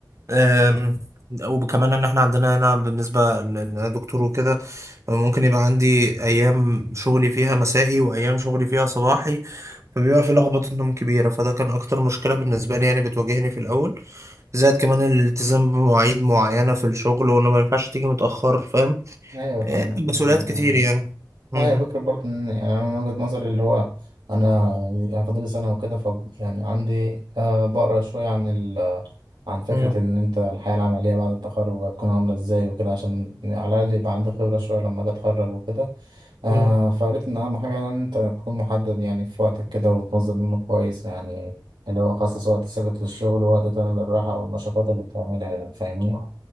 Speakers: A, on the right; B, on the right.
A: آم، وكمان ان احنا عندنا هنا بالنسبه ان انا دكتور وكده ممكن يبقى عندي ايام شغلي فيها مسائي وايام شغلي فيها صباحي
B: مم.
A: فبيبقى في لخبطه نوم كبيره فده كان اكتر مشكله بالنسبه لي يعني بتواجهني في الاول زائد كمان الالتزام بمواعيد معينه في الشغل وانه ما ينفعش تيجي متاخر فاهم
B: ايوه
A: إيه،
B: فاهمك
A: مسؤوليات
B: آه آه،
A: كتير يعني م-
B: آه. آه، هي فكرة برضه ان يعني انا من وجهة نظري اللي هو انا يعني فاضلي سنة وكده ف يعني عندي آه بقرا شوية عن ال عن فكرة
A: م-
B: إن أنت الحياة العملية بعد التخرج هتكون عاملة إزاي وكده عشان على الأقل يبقى عندي خبرة شوية لما أجي أتخرج وكده آه
A: م-
B: فقالت إن أهم حاجة يعني إن أنت تكون محدد يعني في وقتك كده وتنظم يومك كويس يعني اللي هو خصص وقت ثابت للشغل ووقت تاني للراحة والنشاطات اللي بتعملها يعني فاهمني؟